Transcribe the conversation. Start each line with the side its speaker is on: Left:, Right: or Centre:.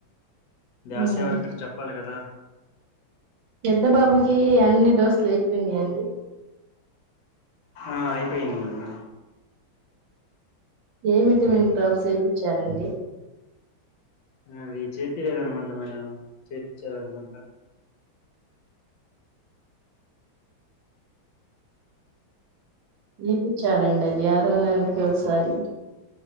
Left: ఆశ
Right: మ్
Left: వర్కరు చెప్పాలి కదా
Right: పెద్ద బాబుకి అన్ని డోసులు అయిపోయినాయండి
Left: ఆ అయిపోయినయి మేడం
Right: ఏ విటమిన్ డ్రాప్స్ చేపిచారండి
Left: అది చేతికి లేదనమాంటా మన చేపిచ్చాలన ఇంకా
Right: నేర్పించారండి అది వారంలోనికి ఒకసారి